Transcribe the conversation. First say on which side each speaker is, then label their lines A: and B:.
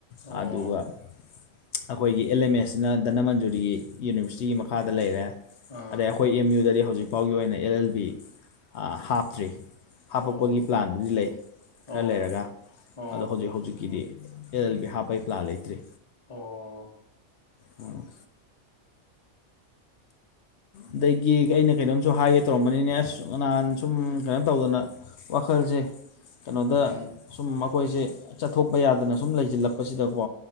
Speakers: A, on the left; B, on the left.
A: ꯑꯣ
B: ꯑꯗꯨꯒ ꯑꯩꯈꯣꯏꯒꯤ ꯑꯦꯜ ꯑꯦꯝ ꯑꯦꯁꯅ ꯙꯅꯃꯟꯖꯨꯔꯤꯒꯤ ꯌꯨꯅꯤꯚꯔꯁꯤꯇꯤꯒꯤ ꯃꯈꯥꯗ ꯂꯩꯔꯦ
A: ꯑꯥ
B: ꯑꯗꯩ ꯑꯩꯈꯣꯏ ꯑꯩꯈꯣꯏ ꯑꯦꯝ ꯌꯨꯗꯗꯤ ꯍꯧꯖꯤꯛ ꯐꯥꯎꯒꯤ ꯑꯣꯏꯅ ꯑꯦꯜ ꯑꯦꯜ ꯕꯤ ꯍꯥꯞꯇ꯭ꯔꯤ꯫ ꯍꯥꯄꯛꯄꯒꯤ
A: ꯑꯣ
B: ꯄ꯭ꯂꯥꯟꯕꯨꯗꯤ ꯂꯩ꯫
A: ꯑꯣ
B: ꯈꯔ ꯂꯩꯔꯒ
A: ꯑꯣ ꯑꯣ
B: ꯑꯗꯣ ꯍꯧꯖꯤꯛ ꯍꯧꯖꯤꯛꯀꯤꯗꯤ ꯑꯦꯜ ꯑꯦꯜ ꯕꯤ ꯍꯥꯞꯄꯩ ꯄ꯭ꯂꯥꯟ ꯂꯩꯇ꯭ꯔꯤ꯫
A: ꯑꯣ
B: ꯑꯣ ꯑꯗꯒꯤ ꯑꯩꯅ ꯀꯩꯅꯣꯝꯁꯨ ꯍꯥꯏꯒꯦ ꯇꯧꯔꯝꯕꯅꯤꯅꯦ ꯑꯁ ꯅꯍꯥꯟ ꯁꯨꯝ ꯀꯩꯅꯣ ꯇꯧꯗꯅ꯫ ꯋꯥꯈꯜꯁꯦ ꯀꯩꯅꯣꯗ
A: ꯎꯝ
B: ꯁꯨꯝ ꯑꯩꯈꯣꯏꯁꯦ ꯆꯠꯊꯣꯛꯄ ꯌꯥꯗꯅ ꯁꯨꯝ ꯂꯩꯁꯤꯜꯂꯛꯄ ꯁꯤꯗ ꯀꯣ